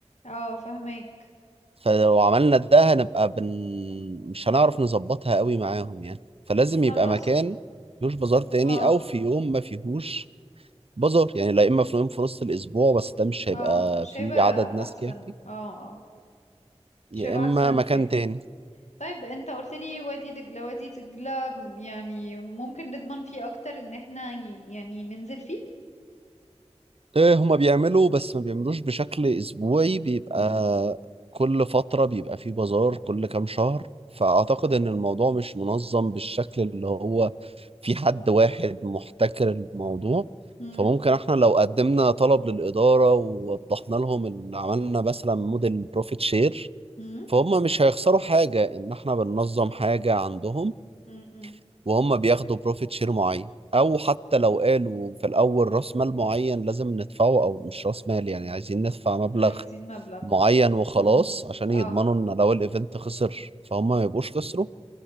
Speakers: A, on the left; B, on the right.
A: اه فهمك
B: فلو عملنا ده هنبقى بن... مش هنعرف نظبطها قوي معاهم يعني فلازم
A: خلاص
B: يبقى مكان مفيهوش بازار تاني
A: اه
B: او في يوم ما فيهوش بازار يعني لا اما في يوم في نص الاسبوع بس ده مش هيبقى
A: اه مش
B: فيه
A: هيبقى
B: عدد ناس
A: احسن
B: كافي
A: اه اه
B: يا
A: مش هيبقى
B: اما
A: احسن
B: مكان
A: حاجة
B: تاني
A: طيب انت قلت لي وادي دجلة وادي دجلة م- يعني ممكن نضمن فيه اكتر ان احنا ي- يعني ننزل فيه
B: إيه هما بيعملوا بس ما بيعملوش بشكل أسبوعي بيبقى
A: مم.
B: كل فترة بيبقى فيه بازار كل كام شهر فأعتقد إن الموضوع مش منظم بالشكل اللي هو في حد واحد محتكر الموضوع
A: مم.
B: فممكن احنا لو قدمنا طلب للإدارة ووضحنا لهم اللي عملنا مثلا موديل بروفيت شير
A: مم.
B: فهم مش هيخسروا حاجة إن احنا بننظم حاجة عندهم
A: مم. مم.
B: وهم بياخدوا بروفيت شير معين او حتى لو قالوا في الاول راس مال معين لازم ندفعه او مش راس مال يعني عايزين ندفع مبلغ
A: عايزين مبلغ
B: معين وخلاص
A: مم.
B: عشان
A: اه
B: يضمنوا ان لو الايفنت خسر فهم ما يبقوش خسروا